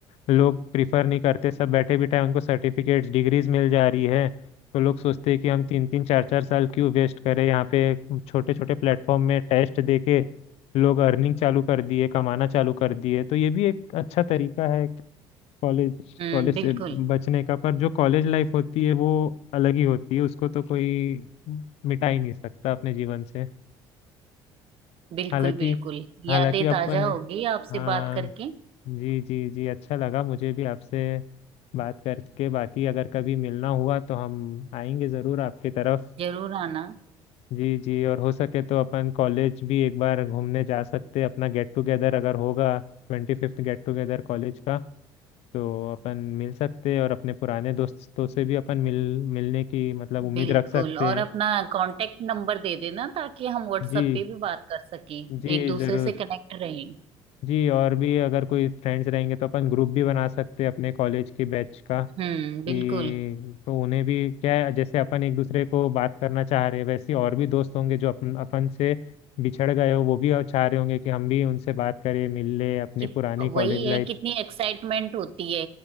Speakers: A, on the left; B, on the right.
A: लोग प्रिफर नहीं करते सब बैठे बिठाए उनको सर्टिफिकेट्स डिग्रीज मिल जा रही है तो लोग सोचते हैं कि हम तीन तीन चार चार साल क्यों वेस्ट करें यहाँ पे छोटे छोटे प्लेटफॉर्म में टेस्ट दे के लोग अर्निंग चालू कर दिए कमाना चालू कर दिए तो ये भी एक अच्छा तरीका है कॉलेज
B: हम्म
A: कॉलेज
B: बिल्कुल
A: से बचने का पर जो कॉलेज लाइफ होती है वो अलग ही होती है उसको तो कोई मिटा ही नहीं सकता अपने जीवन से
B: बिल्कुल
A: हालांकि
B: बिल्कुल
A: हालांकि
B: यादें
A: अपन
B: ताजा होगी आपसे
A: हाँ
B: बात करके
A: जी जी जी अच्छा लगा मुझे भी आपसे बात करके बाकी अगर कभी मिलना हुआ तो हम आएंगे ज़रूर आपकी तरफ
B: जरूर आना
A: जी जी और हो सके तो अपन कॉलेज भी एक बार घूमने जा सकते हैं अपना गेट टुगेदर अगर होगा ट्वेंटी फिफ्थ गेट टुगेदर कॉलेज का तो अपन मिल सकते हैं और अपने पुराने दोस्तों से भी अपन मिल मिलने की मतलब उम्मीद
B: बिल्कुल
A: रख सकते
B: और
A: हैं
B: अपना कांटेक्ट नंबर दे देना ताकि हम व्हाट्सएप
A: जी
B: पे भी बात कर सकें
A: जी
B: एक दूसरे
A: ज़रूर
B: से कनेक्ट रहें
A: जी और भी अगर कोई फ्रेंड्स रहेंगे तो अपन ग्रुप भी बना सकते हैं अपने कॉलेज के बैच का
B: हम्म बिल्कुल
A: कि तो उन्हें भी क्या है जैसे अपन एक दूसरे को बात करना चाह रहे हैं वैसे ही और भी दोस्त होंगे जो अपन अपन से बिछड़ गए हो वो भी चाह रहे होंगे कि हम भी उनसे बात करें मिल ले अपनी
B: कित
A: पुरानी कॉलेज
B: वही है
A: लाइफ
B: कितनी एक्साइटमेंट होती है